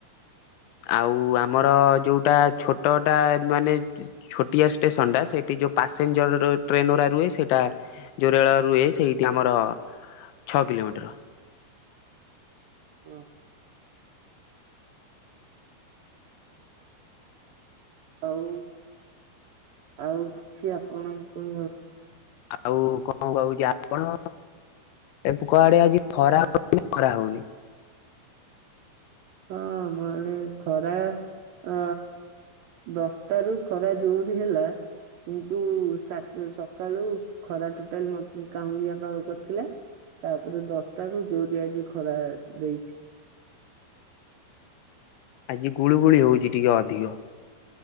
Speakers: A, on the left; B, on the right.
A: ଆଉ ଆମର ଯୋଉଟା ଛୋଟଟା ମାନେ ଛୋଟିଆ ଷ୍ଟେସନ ଟା ସେଇଠି ଯୋଉ ପାସେଞ୍ଜର ର ଟ୍ରେନ ଗୁଡ଼ା ରୁହେ, ସେଇଟା ଜୋରେଳ ରୁହେ ସେଇଠି ଆମର ଛଅ କିଲୋମିଟର।
B: ହଁ ଆଉ ଆଉ କିଛି ଆପଣଙ୍କ
A: ଆଉ କଣ କହୁଛି ଆପଣ ଏ ପୋକଆଡେ ଆଜି ଖରା ହଉଛି, ଖରା ହଉନି।
B: ହଁ ମାନ ଖରା ଅ ଦଶଟ ର ଖରା ଯୋରି ହେଲା କିନ୍ତୁ ସକାଳୁ ଖରା ଟୋଟାଲ କାଉଁଳିଆ ପାଗ କରିଥିଲା ତାପରେ ଦଶଟାରୁ ଯୋଉରିଆଜି ଖରା ଦେଇଛି।
A: ଆଜ୍ ଗୁଳିୁ ଗୁଳି ହଉଛି ଟିକେ ଅଧିକ।